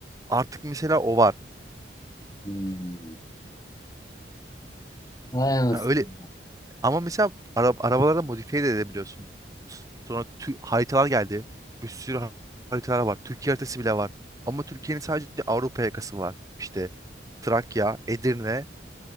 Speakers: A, on the right; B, on the left.
A: Artık mesela o var.
B: Hmm. Vay anasını.
A: Ha, öyle Ama mesela ara arabalarda modifiye de edebiliyorsun. Sonra tü- haritalar geldi. Bir sürü har- haritalar var. Türkiye haritası bile var. Ama Türkiye'nin sadece Avrupa yakası var. İşte Trakya, Edirne,